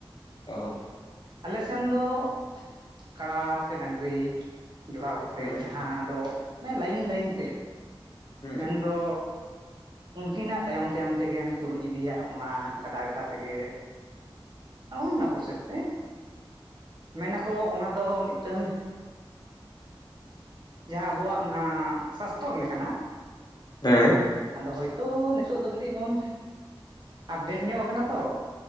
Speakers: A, on the left (about 50°); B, on the right (about 55°).
A: ᱚ
B: ᱟᱞᱮ ᱥᱮᱱ ᱫᱚ ᱠᱟᱲᱟ ᱥᱮ ᱰᱝᱨᱤ ᱡᱚᱲᱟᱣ ᱠᱟᱛ
A: ᱦᱮᱸ
B: ᱡᱟᱦᱟᱸ ᱫᱚ ᱚᱱᱮ ᱞᱟᱭᱤᱱ ᱞᱟᱭᱤᱱ ᱛᱮ
A: ᱦᱮᱸ
B: ᱢᱮᱱ ᱫᱚ ᱩᱱᱠᱤᱱᱟᱜ ᱛᱟᱭᱚᱢ ᱛᱟᱭᱚᱢ ᱛᱮᱜᱮᱢ ᱪᱩᱨᱩᱡ ᱤᱫᱤᱭᱟ ᱚᱱᱟ ᱜᱟᱰᱟ ᱜᱟᱰᱟ ᱛᱮᱜᱮ ᱾ ᱚᱱᱱᱟ ᱯᱨᱚᱥᱮᱥ ᱛᱮ ᱢᱮᱱᱟᱠᱚ ᱚᱱᱟ ᱫᱚ ᱢᱤᱫᱴᱟᱹᱝ ᱡᱟᱦᱟᱸ ᱟᱵᱚᱣᱟᱜ ᱚᱱᱟ ᱥᱟᱥᱛᱚᱨ ᱞᱮᱠᱟᱱᱟ
A: ᱦᱮᱸ ᱾
B: ᱟᱫᱚ ᱦᱳᱭᱛᱳ ᱱᱤᱛᱳ ᱫᱚ ᱠᱟᱹᱴᱤᱡ ᱵᱚᱱ ᱟᱯᱰᱮᱴ ᱧᱚᱜ ᱠᱟᱱᱟ ᱛᱚ